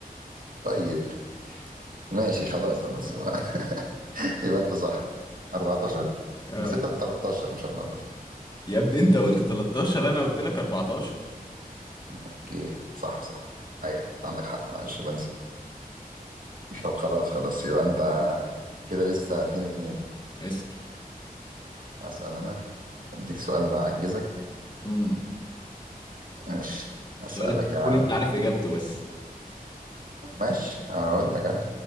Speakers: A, on the right; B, on the left.
A: طيب ماشي خلاص خلاص <laughs> يبقى يبقى انت صح 14
B: اه
A: بس انت قلت 13 مش 14
B: يا ابني انت قلت 13 انا قلت لك 14
A: اوكي صح صح ايوه عندك حق معلش بنسى طب خلاص خلاص يبقى انت كده لسه 2 2
B: اسال
A: هسأل انا اديك سؤال اعجزك
B: امم
A: ماشي هسألك
B: سؤالك
A: يا
B: تكون
A: عم
B: انت عارف اجابته بس
A: ماشي هقول لك انا